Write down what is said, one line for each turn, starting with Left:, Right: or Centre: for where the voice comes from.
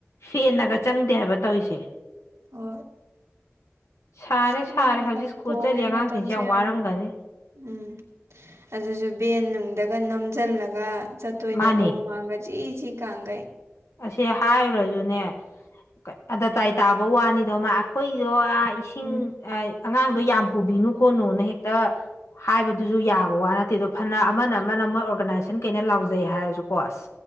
Left: ꯐꯦꯟꯅꯒ ꯆꯪꯗꯦ ꯍꯥꯏꯕ ꯇꯧꯏꯁꯦ꯫
Right: ꯑꯣ
Left: ꯁꯥꯔꯦ
Right: ꯈꯪꯗ꯭ꯔꯦꯗ
Left: ꯁꯥꯔꯦ ꯍꯧꯖꯤꯛ ꯁ꯭ꯀꯨꯜ
Right: ꯍꯣꯡꯉꯦ
Left: ꯆꯠꯂꯤ ꯑꯉꯥꯡꯁꯤꯡꯁꯦ
Right: ꯃꯇꯝꯁꯦ
Left: ꯌꯥꯝ
Right: ꯌꯥꯝꯅ꯫
Left: ꯋꯥꯔꯝꯒꯅꯤ
Right: ꯎꯝ ꯑꯗꯨꯁꯨ ꯕꯦꯟꯅꯨꯡꯗ ꯒ ꯅꯝꯖꯜꯂꯒ ꯆꯠꯇꯣꯏꯅꯦꯕ
Left: ꯃꯥꯅꯦ
Right: ꯍꯨꯃꯥꯡꯒ ꯖꯤꯖꯤ ꯀꯥꯡꯒꯩ꯫
Left: ꯑꯁꯦ ꯍꯥꯏꯔꯨꯔꯁꯨꯅꯦ ꯀ ꯑꯇꯗꯥꯥꯏ ꯇꯥꯕ ꯋꯥꯅꯤꯗꯣ ꯃꯥ ꯑꯩꯈꯣꯏꯗꯣ ꯑ ꯏꯁꯤꯡ
Right: ꯎꯝ
Left: ꯑꯩ ꯑꯉꯥꯡꯗꯣ ꯌꯥꯝ ꯄꯨꯕꯤꯅꯨ ꯈꯣꯠꯅꯨꯅ ꯍꯦꯛꯇ ꯍꯥꯏꯕꯗꯨꯁꯨ ꯌꯥꯕ ꯋꯥ ꯅꯠꯇꯦꯗꯣ ꯐꯅ ꯑꯃꯅ ꯑꯃꯅ ꯃꯣꯏ ꯑꯣꯔꯒꯅꯥꯏꯖꯦꯁꯟ ꯀꯩꯅ ꯂꯥꯎꯖꯩ ꯍꯥꯏꯔꯁꯨꯀꯣ ꯑꯁ